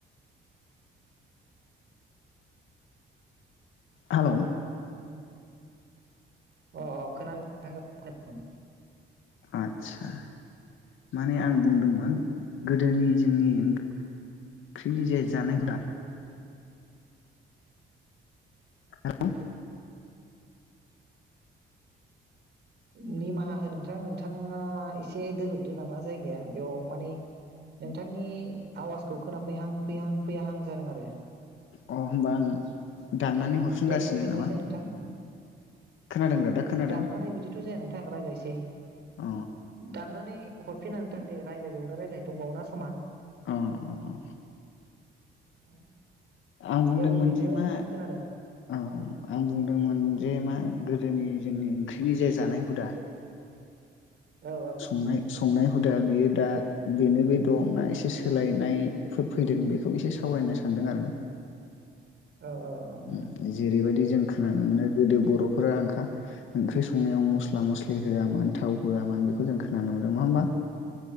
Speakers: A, on the left; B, on the right.
A: हेलौ
B: अ अ खोनादों नों थां अ खोनादों।
A: आदसा माने आं बुंदोंमोन गोदोनि जोंनि ओंख्रिनि जे जानाय हुदा <unintelligible>
B: निमाहा हो नोंथां नोंथाङा एसे दोरोददो नामा जायगाया बेयाव माने नोंथांनि आवाजखौ खोना फैहां फैहां फैयाहां जादों आरो।
A: अ होमबा आं दाननानै हरफिनगासिनो
B: दे बुंफिननायसै
A: नामा
B: नोंथां।
A: खोनादों दा दा खोनादों
B: दाननानै बिदिथ' जाया नोंथां रायज्लायसै
A: अ
B: दाननानै हरफिना नोंथां दे रायज्लायबावनो राय्लाय दंबावोना खोमा
A: अ अ अ
B: औ
A: आं बुंदोंमोन
B: दे बुंफिननायलाय
A: जे मा
B: नोंथां खोनादों।
A: औ आं बुंदोंमोन जे मा गोदोनि जोंनि ओंख्रिनि जे जानाय हुदा
B: औ
A: संनाय संनाय हुदाया बियो दा बेनो बे दं ना एसे सोलायनायफोर फैदों बेखौ एसे सावरायनो सानदों आरोना
B: औ औ नोंथां
A: ओम जेरैबायदि जों खोनानो मोनो गोदो बर'फोरा ओंखा ओंख्रि संनायाव मस्ला मस्लि होआमोन थाव होआमोन बेखौ जों खोनानो मोनदों नङा होमबा